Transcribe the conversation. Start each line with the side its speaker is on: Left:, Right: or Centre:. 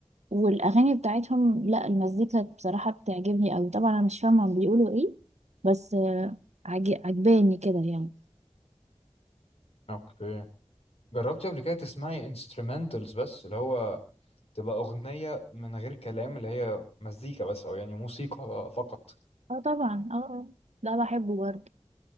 Right: والاغاني بتاعتهم لا المزيكا بصراحة بتعجبني قوي طبعا انا مش فاهمة هم بيقولوا ايه بس آه، عج- عجباني كده يعني
Left: اوكي جربتي قبل كده تسمعي انسترومنتالز بس اللي هو تبقى اغنيه من غير كلام اللي هي مزيكا بس او يعني موسيقى فقط
Right: اه طبعا اه آه، ده بحبه برضو